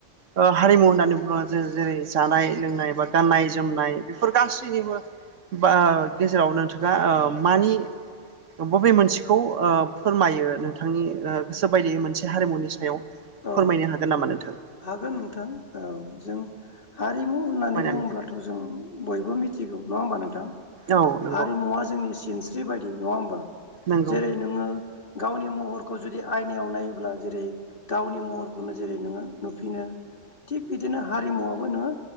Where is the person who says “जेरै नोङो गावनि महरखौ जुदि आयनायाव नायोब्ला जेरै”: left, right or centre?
Left